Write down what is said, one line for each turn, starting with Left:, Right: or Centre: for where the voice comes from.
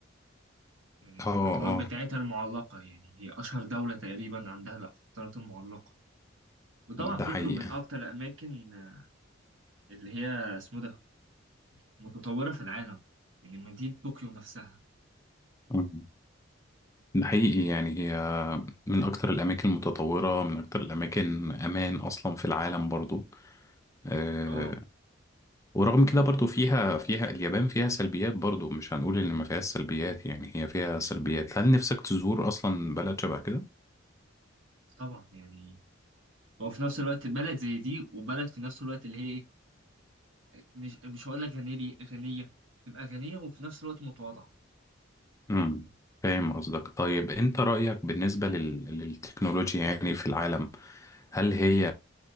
Right: يعني
Left: اه
Right: القطارات
Left: اه
Right: بتاعتها المعلقة يعني هي اشهر دولة تقريبا عندها القطارات المعلقة وطبعا
Left: ده
Right: طوكيو
Left: حقيقة
Right: من اكتر الاماكن آه، اللي هي اسمه ده متطورة في العالم يعني مدينة طوكيو نفسها
Left: مم. ده حقيقي يعني هي من أكتر الأماكن المتطورة من أكتر الأماكن أمان أصلا في العالم برضو آه،
Right: اه
Left: ورغم كده برضو فيها فيها اليابان فيها سلبيات برضو مش هنقول ان ما فيهاش سلبيات يعني هي فيها سلبيات هل نفسك تزور اصلا بلد شبه كده
Right: طبعا يعني وفي نفس الوقت بلد زي دي وبلد في نفس الوقت اللي هي ايه مش مش هقول لك غنية غنية تبقى غنية وفي نفس الوقت متواضعة
Left: امم فاهم قصدك طيب انت رأيك بالنسبة لل... للتكنولوجيا يعني في العالم هل هي